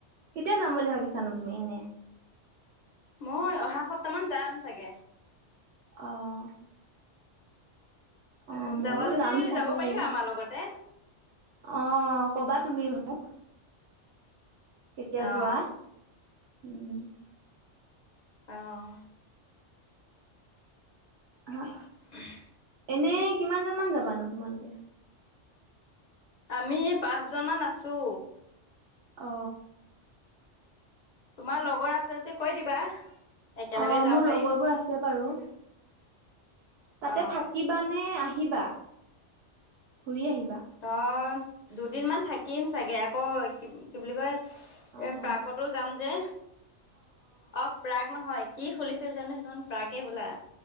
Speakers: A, on the right (about 65°); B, on the left (about 45°).
A: কেতিয়া যাম বুলি ভাবিছানো তুমি এনে
B: মই অহা সপ্তাহ মান যাম চাগে
A: অহ অ মোৰো
B: যাবা যদি
A: যাম চাগে
B: যাব পাৰিবা
A: আৰু
B: আমাৰ লগতে
A: অ কবা তুমি মো ক কেতিয়া
B: অ
A: যোৱা উম
B: অহ
A: হা
B: উমহ
A: এনেই কিমানজন মান যাবা নো তোমালোকে
B: আমি পাঁচজনমান আছো
A: অ
B: তোমাৰ লগৰ আছে যদি কৈ দিবা একেলগে
A: অ
B: যাব
A: মোৰ
B: পাৰিম
A: লগৰবোৰ আছে বাৰু তাতে
B: অ
A: থাকিবা নে আহিবা ঘূৰি আহিবা
B: অ দুদিন মান থাকিম চাগে আকৌ কি কি বুলি কয়
A: অ'
B: এ পাৰ্কতো যাম যে অ প্ৰাগ নহয় কি খুলিছিল জানো সিখন পাৰ্কে বলা